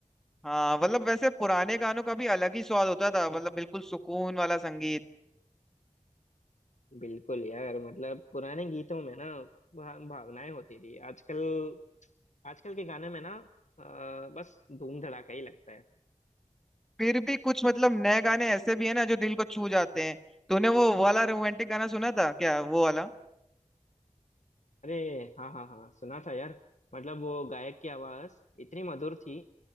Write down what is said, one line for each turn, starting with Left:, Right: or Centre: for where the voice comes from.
Centre: हाँ मतलब वैसे पुराने गानों का भी अलग ही स्वाद होता था मतलब बिल्कुल सुकून वाला संगीत
Left: बिल्कुल यार मतलब पुराने गीतों में ना भा- भावनाएं होती थी आजकल आजकल के गाने में ना अ, बस धूम धड़ाका ही लगता है
Centre: फिर भी कुछ मतलब नए गाने ऐसे भी है ना जो दिल को छू जाते हैं तूने वो वाला रोमांटिक गाना सुना था क्या वो वाला
Left: अरे हाँ हाँ हाँ सुना था यार मतलब वो गायक की आवाज इतनी मधुर थी